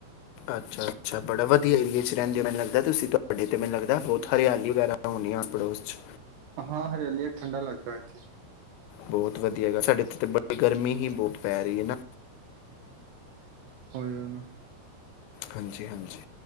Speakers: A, on the left (about 80°); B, on the right (about 70°).
A: ਅੱਛਾ, ਅੱਛਾ। ਬੜਾ ਵਧੀਆ ਏਰੀਏ ਚ ਰਹਿੰਦੇ ਹੋ। ਮੈਨੂੰ ਲੱਗਦਾ, ਤੁਸੀਂ ਤੁਹਾਡੇ ਤੇ ਮੈਨੂੰ ਲੱਗਦਾ ਬਹੁਤ ਹਿਆਲੀ ਵਗੈਰਾ ਹੋਣੀ ਏ ਆਸ-ਪੜੋਸ ਚ।
B: ਹਾਂ, ਹਰਿਆਲੀ ਏ, ਠੰਡਾ ਲਗਦਾ ਏਥੇ
A: ਬਹੁਤ ਵਧੀਆ ਹੈਗਾ। ਸਾਡੇ ਐਥੇ ਤੇ ਬੜੀ ਗਰਮੀ ਹੀ ਬਹੁਤ ਪੈ ਰੀ ਏ ਨਾ
B: ਓਹੀਓ ਨਾ
A: ਹਾਂਜੀ, ਹਾਂਜੀ